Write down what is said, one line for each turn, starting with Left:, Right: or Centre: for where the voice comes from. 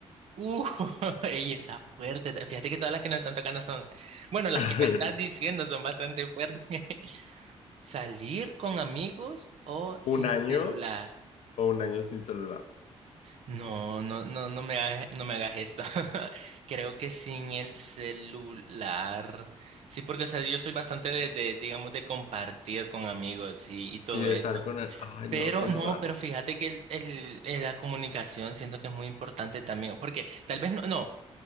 Right: Uh, <laughs> ey, está fuerte. Fíjate que todas las que nos están tocando son, bueno, las
Left: <laughs>
Right: que me estás diciendo son bastante fuertes. <laughs> ¿Salir con amigos o sin
Left: ¿Un año
Right: celular?
Left: o un año sin celular?
Right: No, no, no, no me hagas, no me hagas esto. <laughs> Creo que sin el celular. Sí, porque, o sea, yo soy bastante de, de, digamos, de compartir con amigos y, y todo
Left: Y de
Right: eso.
Left: estar con... a- Ay,
Right: Pero
Left: no, tiene
Right: no,
Left: raro.
Right: pero fíjate que el, el- eh, la comunicación siento que es muy importante también, porque tal vez no, no,